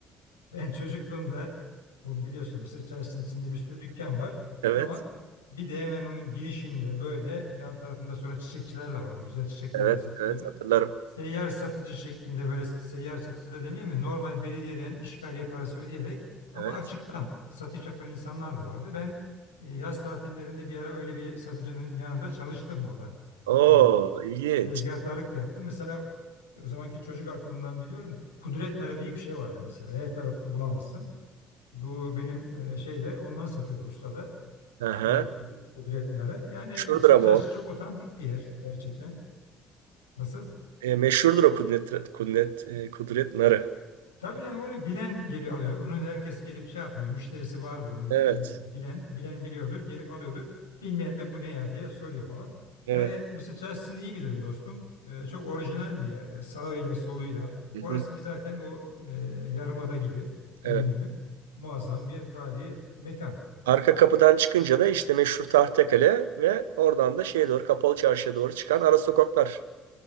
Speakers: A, on the left; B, on the right.
A: Ben çocukluğumda bu biliyorsun Mısır Çarşısı'nın içinde bir sürü dükkan var
B: Evet,
A: ama bir de hemen onun girişinde böyle yan tarafında sonra çiçekçiler de vardı. Güzel çiçekler
B: evet,
A: de satılıyordu.
B: evet hatırlarım.
A: Seyyar satıcı şeklinde böyle seyyar satıcı da demeyeyim mi? Normal belediyeden işgaliye parası ödeyerek ama
B: Evet.
A: açıktan satış yapan insanlar da vardı. Ben e, yaz tatillerinde bir ara öyle bir satıcının yanında çalıştım orada.
B: Oo
A: E,
B: ilginç.
A: tezgahtarlık da yaptım. Mesela o zamanki çocuk aklımdan biliyorum. Kudret narı diye bir şey vardı mesela. Her tarafta bulamazsın. Bu benim e, şeyde onlar satıyordu ustada.
B: Aha.
A: E, Kudu- Kudrettinler'e. Yani
B: Şuradır
A: Mısır
B: ama
A: Çarşısı
B: o.
A: çok otantik bir yer gerçekten. Nasıl?
B: E, meşhurdur o Kudret, Kudret, e, Kudret Narı.
A: Tabii yani onu bilen geliyor alıyor. Onu herkes gelip şey yapmıyor. Müşterisi vardır onun
B: Evet.
A: e, bilen bilen biliyordur. Gelip alıyordur. Bilmeyen de bu ne ya diye soruyor falan.
B: Evet.
A: Yani Mısır Çarşısı'nı iyi bilirim dostum. E, çok orijinal bir yerdir. Sağıyla soluyla.
B: Hı
A: Orası
B: hı.
A: bir zaten o e, Yarımada gibi Eminönü.
B: Evet.
A: Muazzam bir tarihi mekan.
B: Arka kapıdan çıkınca da işte meşhur Tahtekale ve oradan da şeye doğru Kapalı Çarşı'ya doğru çıkan ara sokaklar.